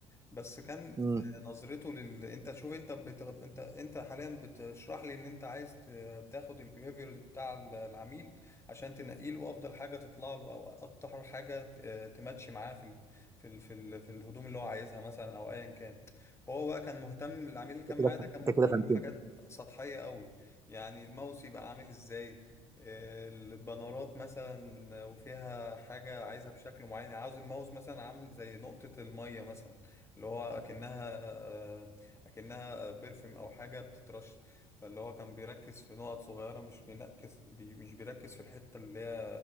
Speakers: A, on the left; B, on the right.
A: بس كان
B: امم
A: نظرته لل انت شوف انت بت... انت انت حاليا بتشرح لي ان انت عايز ت- تاخد البيهيفيرز بتاع ال- العميل عشان تنقي له افضل حاجه تطلع له او اكتر حاجه ت- تماتش معاه في ال... في ال... في ال... في الهدوم اللي هو عايزها مثلا او ايا كان هو بقى كان مهتم العميل اللي كان
B: انت
A: معاه
B: كده فهم-
A: ده كان مهتم
B: انت كده فهمت
A: بحاجات سطحيه قوي يعني الماوس يبقى عامل ازاي آه، البنرات مثلا وفيها حاجة عايزها بشكل معين يعني عاوز الماوس مثلا عامل زي نقطة المية مثلا اللي هو اكنها اكنها بيرفيوم او حاجه بتترش فاللي هو كان بيركز في نقط صغيره مش بينكس بي مش بيركز في الحته اللي هي